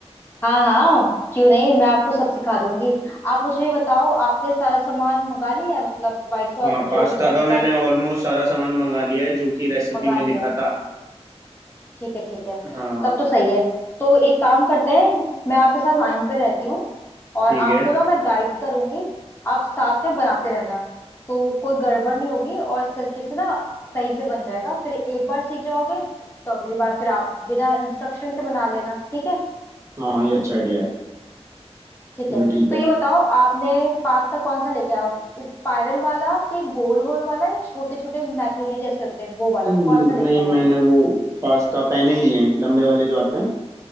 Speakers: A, on the left; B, on the right.
A: हाँ हाँ क्यों नहीं मैं आपको सब सिखा दूंगी आप मुझे ये बताओ आपने सारा सामान मंगा लिया है मतलब व्हाइट सॉस
B: हाँ
A: में जो
B: पास्ता
A: भी पड़ेगा
B: का मैंने ऑलमोस्ट सारा सामान मंगा लिया है जो कि रेसिपी
A: मंगा
B: में
A: लिया
B: लिखा
A: है
B: था
A: ठीक है ठीक है
B: हाँ
A: तब तो सही है तो एक काम करते हैं मैं आपके साथ लाइन पे रहती हूँ और
B: ठीक
A: आपको
B: है
A: ना मैं गाइड करूंगी आप साथ में बनाते रहना तो कोई गड़बड़ नहीं होगी और इस तरीके से ना सही से बन जाएगा फिर एक बार सीख जाओगे तो अगली बार फिर आप बिना इंस्ट्रक्शन के बना लेना ठीक है
B: हाँ ये अच्छा आइडिया है
A: ठीक
B: चलो
A: है
B: ठीक
A: तो
B: है
A: ये बताओ आपने पास्ता कौन सा लेके आओ स्पाइरल वाला कि गोल गोल वाला या छोटे छोटे मैक्रोनी जैसे होते हैं वो वाला
B: हम्म,
A: कौन सा लेके
B: नहीं
A: आयो
B: मैंने वो पास्ता पैने लिए हैं लंबे वाले जो आते हैं